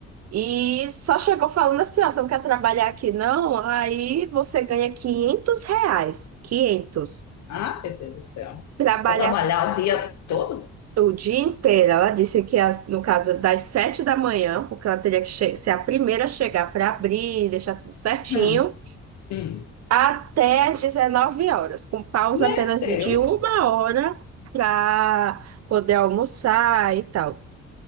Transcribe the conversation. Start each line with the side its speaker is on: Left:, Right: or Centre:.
Right: E só chegou falando assim, ó, você não quer trabalhar aqui não? Aí você ganha 500 reais, 500.
Left: Ah, meu Deus do céu.
Right: Trabalha
Left: Para trabalhar o dia todo?
Right: o dia inteiro. Ela disse que as- no caso das 7 da manhã, porque ela teria que che- ser a primeira a chegar para abrir, deixar tudo certinho,
Left: Hum, sim.
Right: até as 19 horas, com pausa
Left: Meu
Right: apenas
Left: Deus.
Right: de uma hora para poder almoçar e tal.